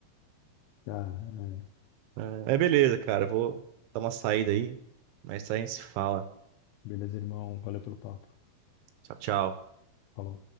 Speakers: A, on the left (about 85°); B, on the right (about 80°).
A: Cara, é.
B: É, mas beleza, cara. Vou dar uma saída aí, mas a gente se fala.
A: Beleza, irmão. Valeu pelo papo.
B: Tchau, tchau.
A: Falou.